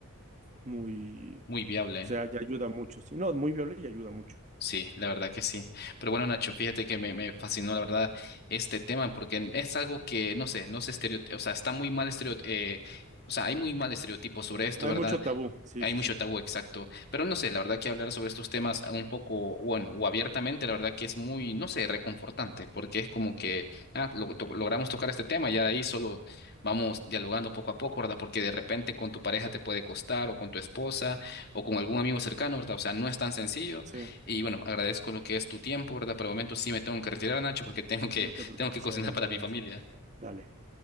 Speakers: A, on the right; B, on the left.
A: muy,
B: muy viable.
A: o sea, ya ayuda mucho. Sí, no, muy viable y ayuda mucho.
B: Sí, la verdad que sí. Pero bueno, Nacho, fíjate que me, me fascinó, la verdad, este tema, porque es algo que, no sé, no se estereotipa, o sea, está muy mal estereotipo, eh, o sea, hay muy mal estereotipo sobre esto,
A: Hay
B: ¿verdad?
A: mucho tabú. Sí,
B: Hay
A: sí,
B: mucho
A: sí.
B: tabú, exacto. Pero no sé, la verdad que hablar sobre estos temas un poco, bueno, o abiertamente, la verdad que es muy, no sé, reconfortante, porque es como que ah, lo- to- logramos tocar este tema, ya de ahí solo vamos dialogando poco a poco, ¿verdad? Porque de repente con tu pareja te puede costar, o con tu esposa, o con algún amigo cercano, ¿verdad? O sea, no es tan sencillo.
A: Sí,
B: Y bueno, agradezco lo que es tu tiempo, ¿verdad? Por el momento sí me tengo que retirar, Nacho, porque <laughs> tengo que,
A: no te preocupes.
B: tengo que cocinar
A: Adelante,
B: para
A: adelante.
B: mi familia.
A: Dale,